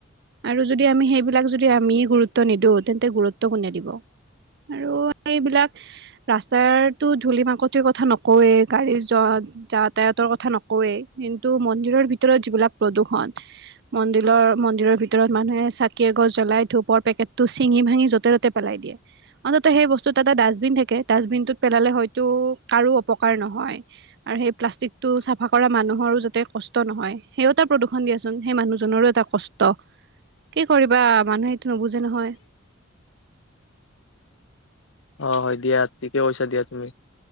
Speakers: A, on the right; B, on the left.
A: আৰু যদি আমি সেইবিলাক যদি আমি গুৰুত্ব নিদিও তেন্তে গুৰুত্ব কোনে দিব । আৰু এইবিলাক ৰাস্তাৰটো ধূলি মাকতিৰ কথা নকওয়ে গাড়ীৰ যত যাতায়াতৰ কথা নকওয়ে কিন্তু মন্দিৰৰ ভিতৰত যিবিলাক প্ৰদূষন মন্দিৰৰ মন্দিৰৰ ভিতৰত মানুহে চাকি এগছ জ্বলাই ধূপৰ পেকেটটো চিঙি ভাঙি য'তে ত'তে পেলাই দিয়ে অন্তত সেই বস্তুত এটা ডাষ্টবিন থাকে ডাষ্টবিনটোত পেলালে হয়তো কাৰো অপকাৰ নহয় । আৰু সেই প্লাষ্টিকটো চাফা কৰা মানুহৰো যাতে কষ্ট নহয় সেইও এটা প্ৰদূষণ হলেইচোন হেই মানুহ জনৰো এটা কষ্ট কি কৰিবা মানুহে এইটো নুবুজে নহয় ।
B: অ হয় দিয়া ঠিকে কৈছা দিয়া তুমি